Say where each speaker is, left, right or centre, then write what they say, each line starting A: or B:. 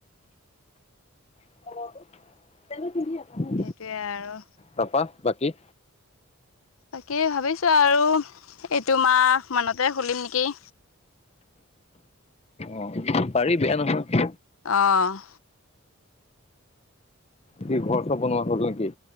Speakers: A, on the left; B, on the left.
A: <unintelligible>
B: সেইটোৱে আৰু।
A: তাৰপা বাকি?
B: বাকী ভাবিছোঁ আৰু এইটো মাহ মানতে খুলিম নেকি।
A: অ' পাৰি বেয়া নহয়।
B: অ'।
A: কি ঘৰ চব বনোৱা হ'ল নেকি?